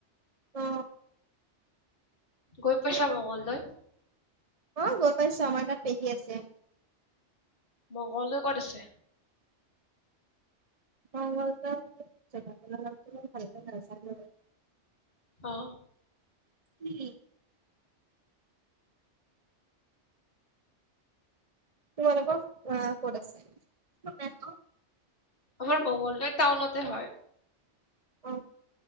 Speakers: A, on the right (about 35°); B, on the left (about 50°).
A: অ
B: গৈ পাইচা মংগলদৈ
A: অহ গৈ পাইছো আমাৰ তাত পেহী আছে
B: মংগলদৈ ক'ত আছে
A: মংগলদৈ জাগাটোৰ নামটো মই ভালকে নাজানো
B: অহ
A: কি তোমালোকৰ অহ ক'ত আছে
B: আমাৰ মংগলদৈ টাউনতে হয়
A: অ